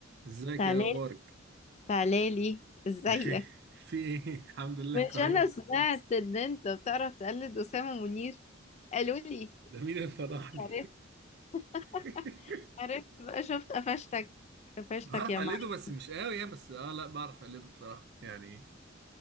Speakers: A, on the right (about 55°); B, on the left (about 35°).
A: ازيك
B: تعالي
A: يا اخبارك
B: تعالي ازيك
A: بخير في ايه <laughs> الحمد لله
B: مش
A: كويس
B: انا سمعت ان انت بتعرف تقلد اسامه منير قالوا لي
A: ده مين اللي فضحني
B: عرفت <laughs>
A: <laughs>
B: عرفت بقى شفت قفشتك قفشتك
A: بعرف
B: يا
A: اقلده
B: معلم
A: بس مش قوي يعني بس اه لا بعرف اقلده بصراحه يعني